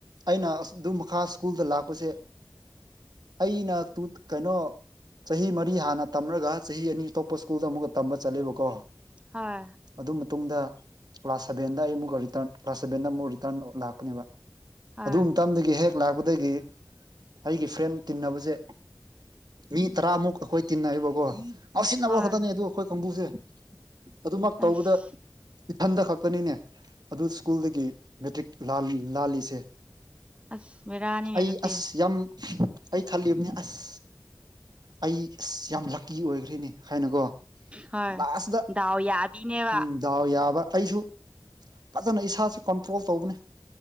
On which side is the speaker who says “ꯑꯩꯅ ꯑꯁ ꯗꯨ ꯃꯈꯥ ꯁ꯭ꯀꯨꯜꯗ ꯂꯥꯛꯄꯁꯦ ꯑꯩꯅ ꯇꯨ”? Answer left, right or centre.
Right